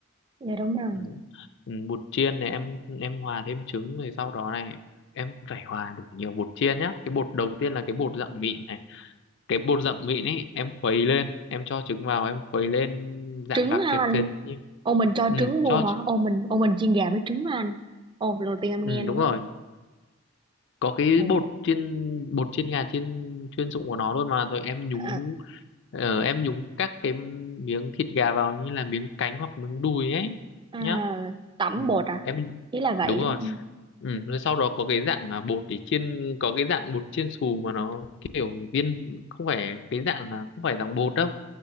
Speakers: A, on the right (about 25°); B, on the left (about 60°).
A: dạ đúng rồi
B: ừ. Ừ, bột chiên này em em hòa thêm trứng rồi sau đó này em phải hòa đủ nhiều bột chiên nhá cái bột đầu tiên là cái bột dạng mịn này cái bột dạng mịn ấy em khuấy lên em cho trứng vào em khuấy lên dạng
A: trứng
B: đặc
A: hả
B: sệt
A: anh
B: sệt như
A: ô mình cho
B: ừ,
A: trứng vô
B: cho
A: hả
B: trứng-
A: ô mình ô mình chiên gà với trứng hả anh ô lần đầu tiên em
B: ừ,
A: nghe luôn
B: đúng rồi
A: á
B: có cái
A: ồ
B: bột chiên bột chiên gà chiên chuyên dụng của nó luôn mà rồi em nhúng
A: à,
B: ờ, em nhúng các cái miếng thịt gà vào như là miếng cánh hoặc miếng đùi ấy
A: à,
B: nhá
A: tẩm
B: ừ.
A: bột à
B: em
A: ý là vậy
B: đúng rồi
A: đúng không
B: ừ. rồi sau đó có cái dạng là bột để chiên có cái dạng bột chiên xù mà nó kiểu viên không phải cái dạng là không phải dạng bột đâu